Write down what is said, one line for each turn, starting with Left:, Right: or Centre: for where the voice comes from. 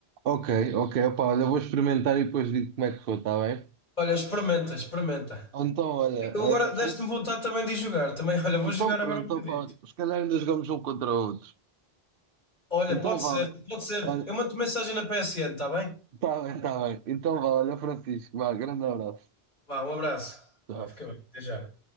Right: Ok, ok, opá, olha, vou experimentar e depois digo como é que foi, está bem?
Left: Olha, experimenta, experimenta.
Right: Então, olha,
Left: Eu agora
Right: eh, Fran-
Left: deste-me vontade também de jogar. Também, <laughs> olha, vou
Right: então
Left: jogar
Right: pronto,
Left: agora um bocadito.
Right: opá, se calhar ainda jogamos um contra o outro.
Left: Olha,
Right: Então
Left: pode
Right: vá,
Left: ser, pode ser.
Right: olha,
Left: Eu mando mensagem na PSN, está bem?
Right: está bem, está bem. Então vá, olha, Francisco, vá, grande abraço.
Left: Vá, um abraço.
Right: Tchau.
Left: Vá, fica bem. Até já.